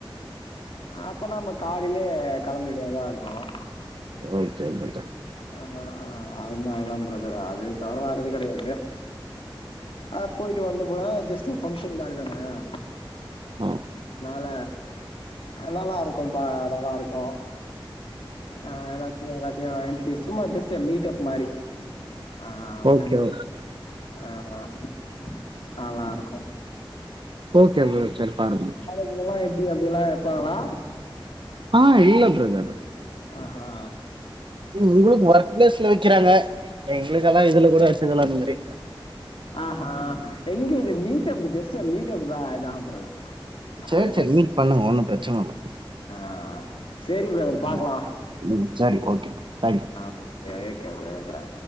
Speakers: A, on the left; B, on the right.
A: அப்ப நாம காலைலியே களம்ப வேண்டியதா இருக்கு
B: ஓகே பிரதர்.
A: ஆஹ் அதனாலதாம் பிரதர் அது தவற வேற எது கடயாது ஆ போயிட்டு வந்து கூட ஜஸ்ட்டு ஃபங்க்ஷன் மாரி தான ஆஹ்
B: ஆ
A: மேல நல்லா இருக்கும் பா நல்லா இருக்கு ஆஹ் எல்லாத்தையு எல்லாத்தையு இன்டடியூஸ் சும்மா ஜாஸ்ட்டு மீட்டப் மாரி ஆஹ்
B: ஓகே,
A: <unintelligible>
B: ஓகே.
A: ஆஹ் நல்லாருக்கு
B: ஓகே பிரத சேரி பாருங்க
A: இவங்கல்லா எப்டி அப்டில்லா இருப்பாங்களா
B: ஆ இல்ல பிரதர்
A: அஹா
B: உங்குளுக்கு ஒர்க் ப்ளஸ்ல வக்கிறாங்க எங்களுக்கெல்லா இதுல கூட வச்சதல்ல அந்த மாரி
A: ஆஹ எங்க இது மீட்டப் ஜஸ்ட்டு மீட்டப்பாதா பிரதர்
B: சேரி
A: அது
B: சேரி மீட் பண்ணுங்க ஒன்னு பிரச்சன இல்ல
A: ஆ சேரி பிரதர் பாக்கலா
B: ம் ம், சரி ஓகே தேங்க்யூ
A: ஆ ஏக்கர் ஒரு ஏக்கரா